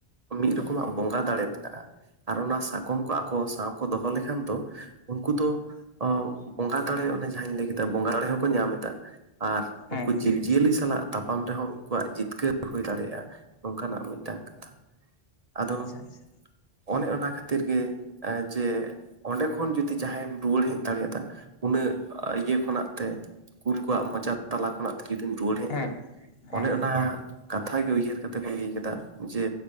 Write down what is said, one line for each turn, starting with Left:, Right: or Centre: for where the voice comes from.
Right: ᱢᱤᱫ ᱨᱚᱠᱚᱢᱟᱜ ᱵᱚᱸᱜᱟ ᱫᱟᱲᱮ ᱢᱮᱱᱟᱜᱼᱟ᱾ ᱟᱨ ᱚᱱᱟ ᱥᱟᱠᱚᱢ ᱠᱚ ᱟᱠᱚ ᱥᱟᱶ ᱠᱚ ᱫᱚ ᱦᱚ ᱞᱮᱠᱷᱟᱱ ᱫᱚ ᱩᱱᱠᱩ ᱫᱚ ᱚ ᱵᱚᱸᱜᱟ ᱫᱟᱲᱮ ᱚᱱᱮ ᱡᱟᱦᱟᱸᱧ ᱞᱟᱹᱭ ᱠᱮᱫᱟ ᱵᱚᱸᱜᱟ ᱫᱟᱲᱮ ᱦᱚᱸ ᱠᱚ ᱧᱟᱢ ᱮᱫᱟ ᱟᱨ
Left: ᱦᱮᱸ
Right: ᱩᱱᱠᱩ
Left: ᱦᱮᱸ
Right: ᱡᱤᱣᱤ ᱡᱤᱭᱟᱹᱞᱤ ᱥᱟᱞᱟᱜ ᱛᱟᱯᱟᱢ ᱨᱮ ᱦᱚᱸ ᱩᱱᱠᱩᱣᱟᱜ ᱡᱤᱛᱠᱟᱹᱨ ᱦᱳᱭ ᱫᱟᱲᱮᱼᱟ, ᱱᱚᱝᱠᱟᱱᱟᱜ ᱢᱤᱫᱴᱟᱝ ᱠᱟᱛᱷᱟ᱾ ᱟᱫᱚ
Left: ᱟᱪᱪᱷᱟ ᱟᱪᱪᱷᱟ
Right: ᱚᱱᱮ ᱚᱱᱟ ᱠᱷᱟᱹᱛᱤᱨ ᱜᱮ ᱡᱮ ᱚᱸᱰᱮ ᱠᱷᱚᱱ ᱡᱩᱫᱤ ᱡᱟᱦᱟᱸᱭᱮᱢ ᱨᱩᱣᱟᱹᱲ ᱦᱮᱡ ᱫᱟᱲᱮᱭᱟᱫᱟ᱾ ᱩᱱᱟᱹᱜ ᱤᱭᱟᱹ ᱠᱷᱚᱱᱟᱜ ᱛᱮ ᱠᱩᱞ ᱠᱚᱣᱟᱜ ᱢᱚᱪᱟ ᱛᱟᱞᱟ ᱠᱷᱚᱱᱟᱜᱼᱼ ᱡᱩᱫᱤᱢ ᱨᱩᱣᱟᱹᱲ ᱦᱮᱡ
Left: ᱦᱮᱸ
Right: ᱮᱱᱟ
Left: ᱦᱮᱸ
Right: ᱚᱱᱮ ᱚᱱᱟ ᱠᱟᱛᱷᱟ ᱜᱮ ᱩᱭᱦᱟᱹᱨ ᱠᱟᱛᱮ ᱠᱚ ᱞᱟᱹᱭ ᱠᱮᱫᱟ ᱡᱮᱼᱼ